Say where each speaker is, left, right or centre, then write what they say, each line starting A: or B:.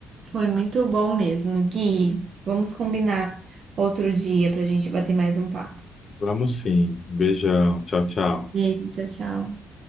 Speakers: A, on the right; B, on the left.
A: Foi muito bom mesmo, Gui. Vamos combinar outro dia pra gente bater mais um papo.
B: Vamos sim. Beijão. Tchau, tchau.
A: Beijo, tchau, tchau.